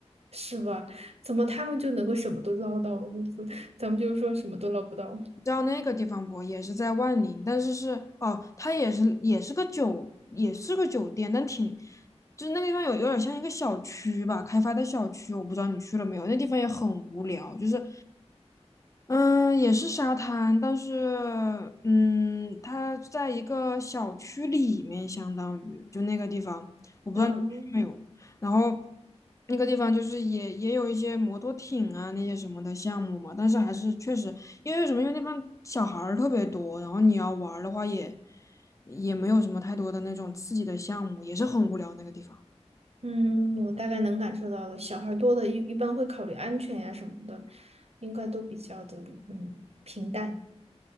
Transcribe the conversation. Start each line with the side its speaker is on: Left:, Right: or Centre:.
Right: 是吧？怎么他们就能够什么都捞到，<laughs> 咱们就说什么都捞不到，
Left: 你知道那个地方不？也是在万宁，但是是哦，它也是也是个酒，也是个酒店，但挺，就是那个地方有有点像一个小区吧，开发的小区，我不知道你去了没有。那地方也很无聊，就是，嗯，也是沙滩，但是嗯，它在一个小区里面，相当于就那个地方，我不知道你去没有。
Right: 嗯。
Left: 然后那个地方就是也也有一些摩托艇啊那些什么的项目嘛，但是还是确实因为什么，因为那边小孩儿特别多，然后你要玩儿的话也也没有什么太多的那种刺激的项目，也是很无聊那个地方。
Right: 嗯，我大概能感受到的，小孩多的一一般会考虑安全呀什么的，应该都比较的嗯平淡，